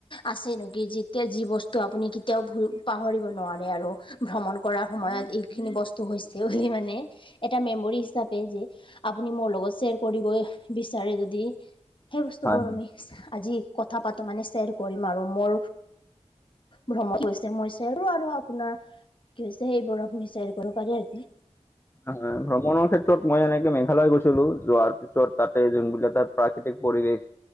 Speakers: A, on the left; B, on the left.
A: আছে নেক? যেতিয়া যি বস্তু ত' আপুনি কেতিয়াও ভুল পাহৰিব নোৱাৰে আৰু, ভ্ৰমণ কৰ সময়ত এইখিনি বস্তু হৈছে বুলি মানে এটা মেমৰি হিচাপে যে আপুনি মোৰ লগত শ্বেয়াৰ কৰিব বিচাৰে যদি সেই বস্তুবোৰ
B: হয়
A: আমি আজি কথা পাতো মানে শ্বেয়াৰ কৰিম আৰু, মোৰ ভ্ৰমণ হৈছে মইছে আৰু আৰু আপোনাৰ কি হৈছে সেই বৰফ নিচেৰি কৰিব পাৰে আজি।
B: হয় ভ্ৰমণৰ ক্ষেত্ৰত মই এনেকে মেঘালয় গৈছিলো, যোৱাৰ পিছত তাতে যোনবিলাক তাত। প্ৰাকৃতিক পৰিৱেশ